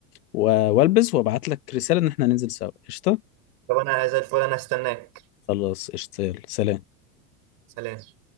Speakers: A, on the left; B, on the right.
A: و- والبس وابعت لك رسالة ان احنا ننزل سوا قشطة
B: طب أنا زي الفل أنا هستناك
A: خلاص قشطة يلا سلام
B: سلام